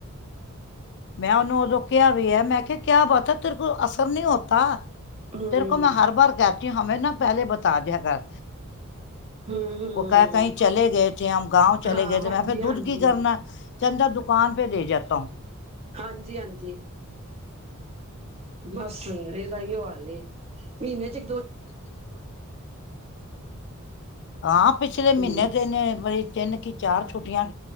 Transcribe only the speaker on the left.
ਮੈਂ ਉਹਨੂੰ ਉਦੋਂ ਕਿਹਾ ਵੀ ਹੈ ਮੈਂ ਕਿਹਾ ਕਿਆ ਬਤਾ ਤੇਰੇ ਕੋਲ ਅਸਰ ਨੀ ਹੋਤਾ।
ਤੇਰੇ ਕੋ ਮੈਂ ਹਰ ਵਾਰ ਕਹਿਤੀ ਹੂੰ ਹਮੇ ਨਾ ਪਹਿਲੇ ਬਤਾ ਦੀਆ ਕਰ।
ਉਹ ਕ ਕਹੀ ਚਲੇ ਗ ਏਥੇ ਹਮ ਗਾਵ ਚਲੇ
ਗਏ
ਮੈਂ ਫੇਰ ਦੁੱਧ
ਕੀ ਕਰਨਾ। ਕਹਿੰਦਾ ਦੁਕਾਨ ਪੇ ਦੇ ਜਾਤਾ ਹੂੰ।
<inaudible> ਹਾਂ ਪਿਛਲੇ ਮਹੀਨੇ
ਤਿੰਨ ਵੀ ਤਿੰਨ ਕਿ ਚਾਰ ਛੁੱਟੀਆਂ